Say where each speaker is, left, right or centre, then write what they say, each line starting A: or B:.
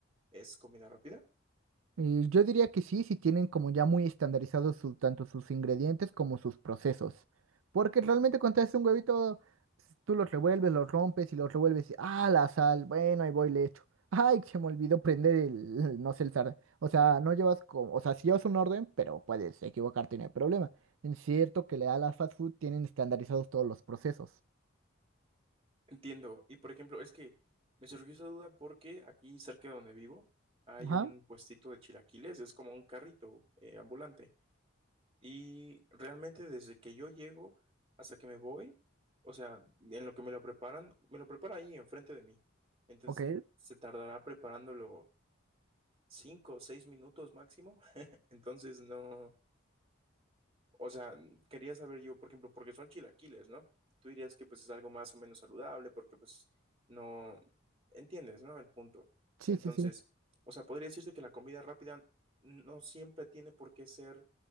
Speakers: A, on the right; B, on the right.
A: es comida rápida.
B: Eh, yo diría que sí, si tienen como ya muy estandarizados su- tanto sus ingredientes como sus procesos. Porque realmente cuando haces un huevito, s- tú los revuelves, los rompes y los revuelves. y, ah, la sal, bueno, ahí voy, le echo. <laughs> Ay, se me olvidó prender el, <laughs> no sé, el sartén. O sea, no llevas como, o sea, si llevas un orden, pero puedes equivocarte, no hay problema. Es cierto que le da a la fast food, tienen estandarizados todos los procesos.
A: Entiendo. Y por ejemplo, es que me surgió esa duda porque aquí cerca de donde vivo hay
B: Ajá.
A: un puestito de chilaquiles, es como un carrito eh, ambulante. Y realmente desde que yo llego hasta que me voy, o sea, en lo que me lo preparan, me lo prepara ahí enfrente de mí. Entonces
B: Ok,
A: se tardará preparándolo cinco o seis minutos máximo. <laughs> Entonces no, o sea, quería saber yo, por ejemplo, porque son chilaquiles, ¿no? Tú dirías que pues es algo más o menos saludable porque pues no entiendes, ¿no? El punto.
B: sí,
A: Entonces,
B: sí, sí.
A: o sea, podría decirse que la comida rápida no siempre tiene por qué ser